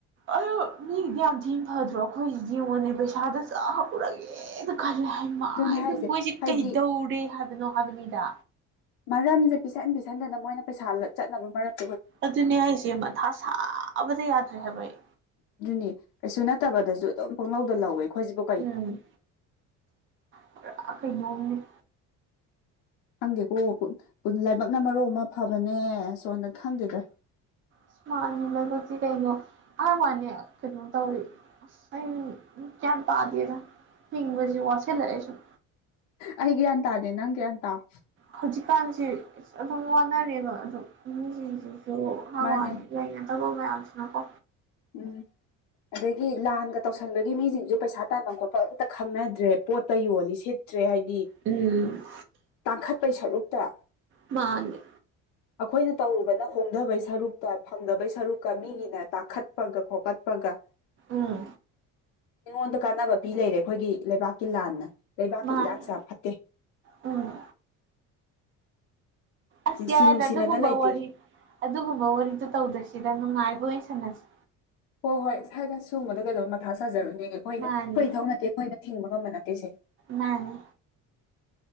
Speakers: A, on the right; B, on the left.
A: ꯑꯌ ꯃꯤꯒꯤꯗꯤ ꯌꯥꯝ ꯊꯤꯅ ꯐꯗ꯭ꯔꯣ ꯑꯩꯈꯣꯏꯁꯤꯗꯤ ꯌꯦꯡꯉꯣꯟꯅꯦ ꯄꯩꯁꯥꯗ ꯆꯥꯛ ꯍꯄꯨꯔꯒꯦ ꯑꯦꯗ ꯈꯜꯂꯦ ꯍꯥꯏ ꯃ
B: ꯑꯗꯨꯅ ꯍꯥꯏꯁꯦ
A: ꯃꯣꯏꯁꯦ
B: ꯍꯥꯏꯗꯤ
A: ꯀꯩꯗꯧꯔꯦ ꯍꯥꯏꯕꯅꯣ ꯍꯥꯏꯕꯅꯤꯗ
B: ꯃꯔꯝꯁꯦ ꯄꯤꯁꯟ ꯄꯤꯁꯟꯗꯅ ꯃꯣꯏꯅ ꯄꯩꯁꯥ ꯆꯠꯅꯕ ꯃꯔꯝ
A: ꯑꯗꯨꯅꯦ ꯑꯩꯁꯦ ꯃꯊꯥ ꯁꯥꯕꯗ ꯌꯥꯗ꯭ꯔꯦ ꯍꯥꯏꯕ ꯑꯩ
B: ꯑꯗꯨꯅꯤ ꯀꯩꯁꯨ ꯅꯠꯇꯕꯗꯁꯨ ꯑꯗꯨꯝ ꯄꯣꯡꯂꯧꯗ ꯂꯧꯋꯦ ꯑꯩꯈꯣꯏꯖꯤꯕꯨ
A: ꯎꯝ ꯄꯨꯔꯥ ꯀꯩꯅꯣꯝꯅꯤ
B: ꯈꯪꯗꯦꯀꯣ <unintelligible> ꯂꯥꯏꯕꯛꯅ ꯃꯔꯣꯟꯃ ꯑꯃ ꯐꯕꯅꯦ ꯁꯣꯝꯗ ꯈꯪꯗꯦꯗ
A: ꯑꯁ ꯃꯥꯟꯅꯤ ꯂꯥꯏꯕꯛꯇꯤ ꯀꯩꯅꯣ ꯍꯥꯏꯋꯥꯅꯦ ꯀꯩꯅꯣ ꯇꯧꯔꯛꯏ ꯑꯁ ꯑꯩ ꯒ꯭ꯌꯥꯟ ꯇꯥꯗꯦꯗ ꯍꯤꯡꯕꯖꯤ ꯋꯥꯁꯤꯜꯂꯛꯑꯦ ꯁꯨꯝ
B: ꯑꯩꯒꯤ ꯒ꯭ꯌꯥꯟ ꯇꯥꯗꯦ ꯅꯪ ꯒ꯭ꯌꯥꯟ ꯇꯥꯎ
A: ꯍꯧꯖꯤꯛꯀꯥꯟꯁꯦ ꯑꯗꯨꯝ ꯋꯥꯅꯔꯦꯕ ꯑꯗꯨꯝ ꯃꯤꯖꯤꯡꯖꯤꯖꯨ
B: ꯃꯥꯅꯦ
A: ꯍꯥꯋꯥꯅꯤ ꯂꯩꯗꯅ ꯊꯕꯛ ꯃꯌꯥꯝꯁꯤꯅ ꯀꯣ
B: ꯎꯝ ꯑꯗꯒꯤ ꯂꯥꯟꯒ ꯇꯧꯁꯟꯕꯒꯤ ꯃꯤꯖꯤꯡꯖꯨ ꯄꯩꯁꯥ ꯇꯥꯟꯕꯝ ꯈꯣꯠꯄꯝ ꯑꯝꯇ ꯈꯪꯅꯗ꯭ꯔꯦ ꯄꯣꯠꯇ ꯌꯣꯜꯂꯤ ꯁꯤꯠ ꯇ꯭ꯔꯦ ꯍꯥꯏꯗꯤ
A: ꯎꯝ
B: ꯇꯥꯡꯈꯠꯄꯩ ꯁꯔꯨꯛꯇ
A: ꯃꯥꯅꯦ
B: ꯑꯈꯣꯏꯅ ꯇꯧꯔꯨꯕꯅ ꯍꯣꯡꯙꯕꯩ ꯁꯔꯨꯛꯇ ꯐꯪꯗꯕꯩ ꯁꯔꯨꯛꯀ ꯃꯤꯒꯤꯅ ꯇꯥꯡꯈꯠ ꯄꯒ ꯈꯣꯀꯠ ꯄꯒ
A: ꯎꯝ
B: ꯃꯤꯉꯣꯟꯗ ꯀꯥꯟꯅꯕ ꯄꯤ ꯂꯩꯔꯦ ꯑꯩꯈꯣꯏꯒꯤ ꯂꯩꯕꯥꯛꯀꯤ ꯂꯥꯟꯅ ꯂꯩꯕꯥꯛꯀꯤ
A: ꯃꯥꯅꯦ
B: ꯏꯔꯥꯡꯁꯦ ꯌꯥꯝ ꯐꯠꯇꯦ
A: ꯎꯝ ꯑꯁ
B: ꯅꯨꯡꯁꯤ
A: ꯌꯥꯔꯦꯗ
B: ꯅꯨꯡꯁꯤꯅꯅ
A: ꯑꯗꯨꯒꯨꯝꯕ
B: ꯂꯩꯇꯦ
A: ꯋꯥꯔꯤ ꯑꯗꯨꯒꯨꯝꯕ ꯋꯥꯔꯤꯗꯨ ꯇꯧꯗꯁꯤꯗ ꯅꯨꯡꯉꯥꯏꯕ ꯑꯣꯏ ꯁꯥꯟꯅꯁꯤ
B: ꯍꯣꯏ ꯍꯣꯏ <unintelligible> ꯁꯨꯝꯕꯗ ꯀꯩꯗꯧ ꯃꯊꯥ ꯁꯥꯖꯔꯨꯅꯦꯒꯦ ꯑꯩꯈꯣꯏꯅ
A: ꯃꯥꯅꯤ
B: ꯑꯩꯈꯣꯏ ꯏꯊꯧ ꯅꯠꯇꯦ ꯑꯩꯈꯣꯏꯅ ꯊꯤꯡꯕ ꯉꯝꯕ ꯅꯠꯇꯦꯁꯦ
A: ꯃꯥꯅꯤ